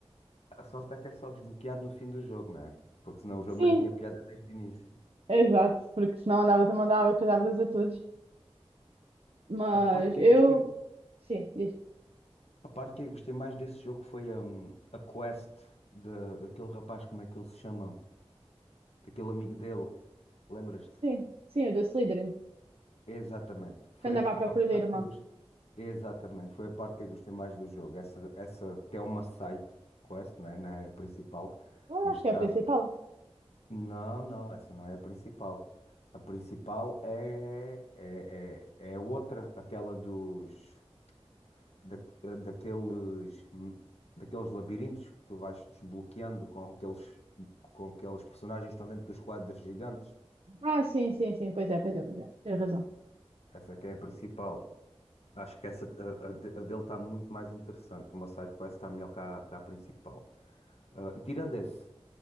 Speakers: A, on the left; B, on the right.
A: a sorte é que é só desbloqueado no fim do jogo, não é? Porque senão o jogo
B: Sim,
A: não tinha piada desde o início.
B: exato, porque senão andavas a mandar abracadabras a todos. Mas
A: A parte que
B: eu.
A: eu gostei,
B: Sim, diz.
A: a parte que eu gostei mais desse jogo foi hum, a quest da daquele rapaz, como é que ele se chama? Daquele amigo dele, lembras-te?
B: Sim, sim, o do Slytherin,
A: Exatamente. Foi
B: que andava à procura
A: a a parte
B: da irmã.
A: que eu gostei. Exatamente. Foi a parte que eu gostei mais do jogo. Essa, essa que é uma side quest, né? Não é a principal,
B: Eu
A: mas
B: acho
A: está.
B: que é a principal.
A: Não, não, essa não é a principal. A principal é, é, é, é outra, aquela dos da, daqueles daqueles labirintos que tu vais desbloqueando com aqueles com aqueles personagens que estão dentro dos quadros gigantes.
B: Ah, sim, sim, sim, pois é, pois é, pois é. Tens razão.
A: Essa é que é a principal. Acho que essa, a, a de- a dele está muito mais interessante. Uma side quest está melhor que a, que a principal. Ah, e tirando esse,